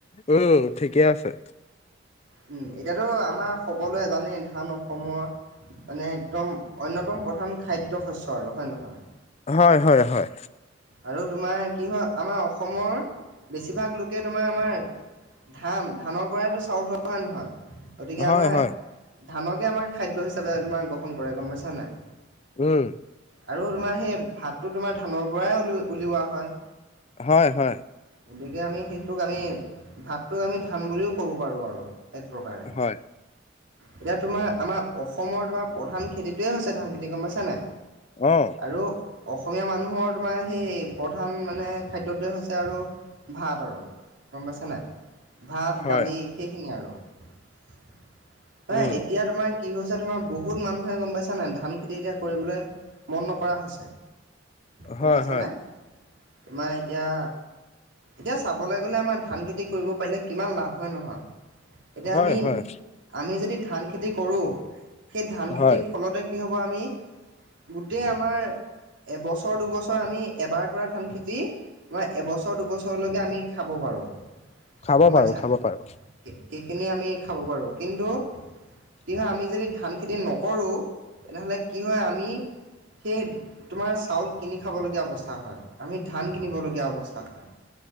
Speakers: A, on the left; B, on the right.
A: উম ঠিকেই আছে।
B: উম এতিয়াতো আমাৰ সকলোৱে জানেই। ধান অসমৰ মানে একদম অন্যতম প্ৰধান খাদ্য শস্য আৰু হয়ে নহয়?
A: হয় হয় হয়।
B: আৰু তোমাৰ কি হয় আমাৰ অসমৰ বেছিভাগ লোকে তোমাৰ আমাৰ ধান' ধানৰ পৰাইতো চাউল হয় নহয়? গতিকে আমাৰ
A: হয় হয়
B: ধানকে আমাৰ খাদ্য হিচাপে তোমাৰ গ্ৰহণ কৰে গম পাইছা নাই?
A: উম।
B: আৰু তোমাৰ সেই ভাতটো তোমাৰ ধানৰ পৰাইল উলিওৱা হয়।
A: হয় হয়।
B: গতিকে আমি সেইটোক আমি ভাতটোক। আমি ধান বুলিও ক'ব পাৰোঁ আৰু এক প্ৰকাৰে
A: হয়
B: এতিয়া তোমাৰ আমাৰ অসমৰ তোমাৰ প্ৰধান খেতিটোয়ে হৈছে ধান। খেতি গম পাইছানে।
A: অ'
B: আৰু অসমীয়া মানুহৰ তোমাৰ সেই প্ৰধান মানে খাদ্যটোৱে হৈছে আৰু ভাত আৰু গম পাইছা নাই? ভাত
A: হয়
B: দালি সেইখিনি আৰু এ
A: উম
B: এতিয়া তোমাৰ। কি হৈছে? তোমাৰ বহুত মানুহে গম পাইছা নাই ধান খেতি এতিয়া কৰিবলৈ মন নকৰা হৈছে। গম
A: হয়
B: পাইছানে
A: হয়।
B: তোমাৰ এতিয়া? এতিয়া চাবলৈ গলে আমাৰ ধান খেতি কৰিব পাৰিলে কিমান লাভ হয় নহয়। এতিয়া
A: হয়
B: আমি
A: হয়
B: আমি যদি ধান খেতি কৰোঁ। সেই ধান খেতিৰ
A: হয়
B: ফলতে কি হ'ব? আমি গোটেই আমাৰ। এবছৰ দুবছৰ আমি এবাৰ কৰা ধান খেতি। ন এবছৰ দুবছৰলৈকে আমি খাব পাৰোঁ।
A: খাব
B: গম পাইছা
A: পাৰোঁ‌ খাব পাৰোঁ‌।
B: সেইখিনি আমি খাব পাৰো কিন্তু কিহ আমি যদি ধান খেতি নকৰো। তেনেহ'লে কি হয় আমি সেই তোমাৰ চাউল কিনি খাবলগীয়া অৱস্থা হয়। আমি ধান কিনিবলগীয়া অৱস্থা হয়